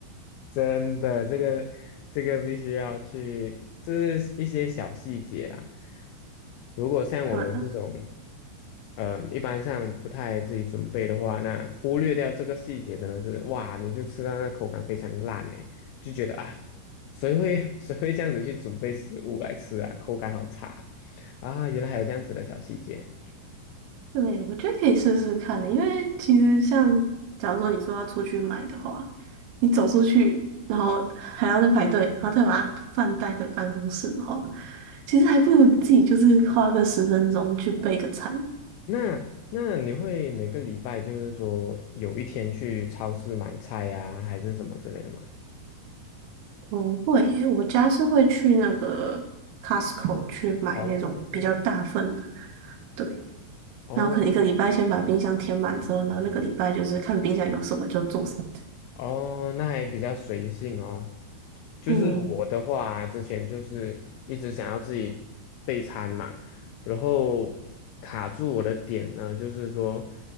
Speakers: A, on the left; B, on the right.
A: 真的，这个这个必须要去，这是一些小细节啦。如果像我们这种，
B: 对，
A: 嗯、一般上不太自己准备的话，那忽略掉这个细节，真的是哇，你就吃到那口感非常烂诶，就觉得啊，谁会 <laughs> 谁会这样子去准备食物来吃啊？口感好差啊！啊原来还有这样子的小细节。
B: 对，我觉得可以试试看的，因为其实像假如说你说要出去买的话，你走出去，然后还要再排队，然后再把它饭带回办公室的话，其实还不如自己就是花个十分钟去备个餐。
A: 那那你会每个礼拜就是说有一天去超市买菜呀、还是什么之类的吗？
B: 嗯，会耶，我家是会去那个 Costco 去买那种比较大份的，
A: 哦
B: 对，
A: 哦
B: 然后可能一个礼拜先把冰箱填满之后，然后那个礼拜就是看冰箱有什么就做什么
A: 哦，那还比较随性哦。就是我的话啊之前就是一直想要自己备餐嘛，
B: 这样嗯。
A: 然后卡住我的点呢，就是说